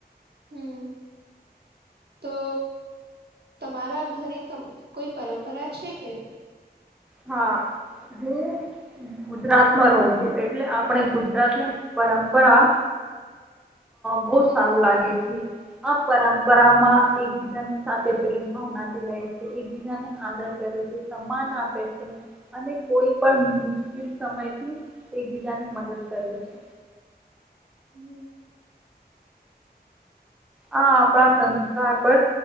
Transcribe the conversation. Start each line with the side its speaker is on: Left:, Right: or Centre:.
Right: હમ્મ. તો તમારા ઘરે ત કોઈ પરંપરા છે કે?
Centre: હા. હું ગુજરાતમાં રહું છું, એટલે આપણે ગુજરાતને પરંપરા બહું સારું લાગે છે. આ પરંપરામાં એકબીજાને સાથે પ્રેમ ભાવનાથી રહે છે, એકબીજાને આદર કરે છે, સન્માન આપે છ છે, અને કોઈ પણ મુશ્કિલ સમયથી એકબીજાની મદદ કરે છે.
Right: હમ્મ.
Centre: આ આપણા સંસ્કાર પર